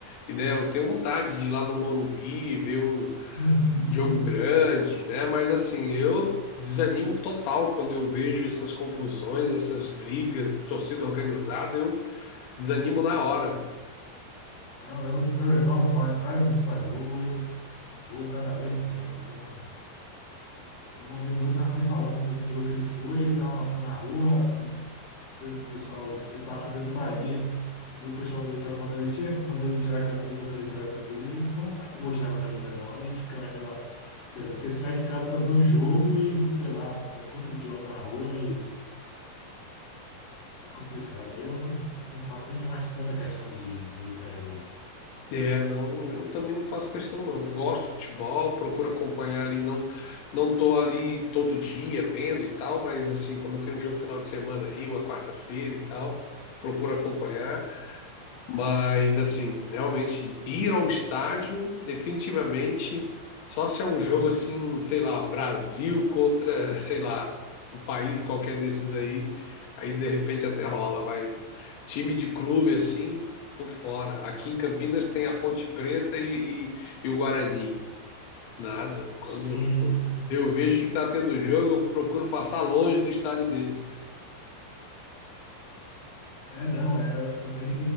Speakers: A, on the left; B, on the left.
A: e, né, eu tenho vontade de ir lá no Morumbi, ver um
B: Uhum,
A: jogo
B: uhum.
A: grande, né? Mas assim, eu desanimo total quando eu vejo essas confusões, essas brigas, torcida organizada, eu desanimo na hora.
B: Não, eu, meu irmão vai, vai muito para jogo, eu vou cada vez menos. Eu não, um amigo meu estava me falando que no jogo que ele foi, ele estava passando na rua e pe- o pessoal, ele estava com a camisa do Bahia. E o pessoal do Vitória mandando ele, tira, mandando ele tirar a camisa, mandando ele tirar a camisa. Ele falou, rapaz, não vou tirar minha camisa não. E fica naquela. Quer dizer, você sai de casa para ver um jogo e, sei lá, encontra o idiota na rua e É complicado. Aí eu não, não faço nem mais tanta questão de, de ir para jogo.
A: É, não, eu também não faço questão não. Gosto de futebol, procuro acompanhar ali, não não tô ali todo dia vendo e tal, mas assim, quando tem um jogo final de semana aí, uma quarta-feira e tal, procuro acompanhar. Mas, assim, realmente ir ao estádio, definitivamente, só se é um jogo assim, sei lá, Brasil contra, <laughs> sei lá, o país qualquer desses aí, aí de repente até rola, mas time de clube assim, tô fora. Aqui em Campinas tem a Ponte Preta e, e- e o Guarani. Nada. Quando
B: Sim,
A: eu,
B: sim.
A: eu vejo que tá tendo jogo, eu procuro passar longe do estádio deles.
B: É, não, é eu também.